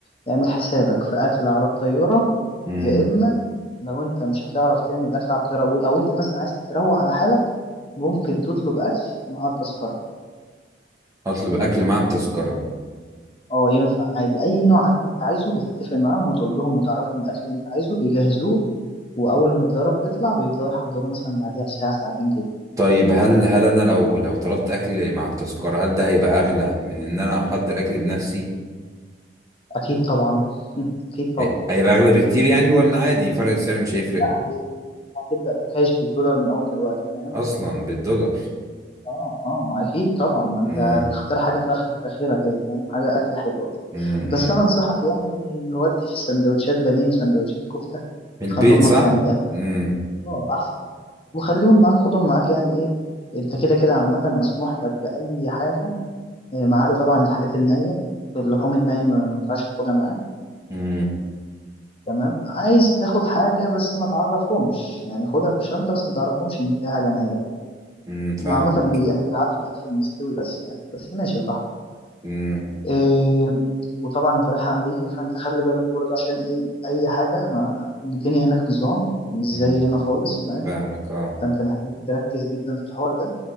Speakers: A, on the left; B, on the right.
A: تعمل حسابك في أكل على الطيارة
B: امم
A: يا إما لو انت مش هتعرف تعمل أكل على الطيارة أو أو انت مثلا عايز تروق على حالك ممكن تطلب أكل مع التذكرة
B: اطلب اكل مع التذكرة
A: اه ينفع عادي أي نوع أكل انت عايزه بتتفق معاهم وتقول لهم وتعرفهم الأكل اللي انت عايزه بيجهزوه وأول ما الطيارة بتطلع بيبدأوا يحضروا مثلا بعديها بساعة ساعتين كده
B: طيب هل هل انا لو لو طلبت اكل مع التذكرة هل ده هيبقى اغلى من ان انا احضر اكل بنفسي
A: أكيد طبعا <laughs> أكيد طبعا
B: هي- هيبقى اغلى بكتير يعني ولا عادي فرق السعر مش هيفرق
A: لا هي- هتبدأ تكايش بالدولار من أول دلوقتي فاهم
B: اصلا بالدولار
A: اه اه ما اكيد طبعا ما انت
B: امم
A: تختار حاجه فاخ- فاخره كده فاهم حاجه اكله حلوه كده
B: امم أمم.
A: بس انا انصحك يعني ودي في السندوتشات بانيه وسندوتشات كفته
B: من
A: خلي
B: البيت
A: امك
B: صح
A: تعملها لك
B: امم
A: <laughs> اه احسن وخليهم معاك خدهم معاك يعني ايه انت كده كده عامه مسموح لك باي حاجه آه، ما عدا طبعا الحاجات النيه اللحوم النيه ما ما ينفعش تاخدها معاك
B: امم
A: تمام عايز تاخد حاجه بس ما تعرفهمش يعني خدها في الشنطه بس ما تعرفهمش ان فيها حاجه نيه يعني
B: أمم، فاهمك
A: عامه بي يعني بيعدوا الاكل المستوي بس يعني بس ماشي براحتك
B: امم
A: إيه وطبعا انت رايح امريكا فانت خلي بالك برضه عشان ايه اي حاجه ما الدنيا هناك نظام مش زي
B: أمم.
A: هنا خالص فاهم
B: فاهمك اه
A: فانت محتاج تركز جدا في الحوار ده